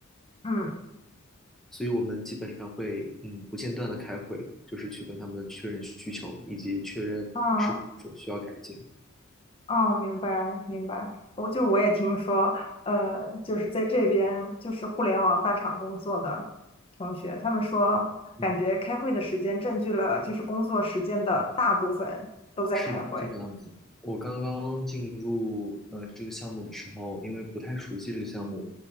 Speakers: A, on the left; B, in the centre.
A: 嗯
B: 所以我们基本上会嗯不间断的开会，就是去跟他们确认需求以及确认是否需要改进，
A: 嗯，哦，明白明白，我就我也听说，呃，就是在这边就是互联网大厂工作的同学，他们说感觉开会的时间占据了就是工作时间的大部分都在开会。
B: 嗯。是的，是这个样子。我刚刚进入呃这个项目的时候，因为不太熟悉这个项目，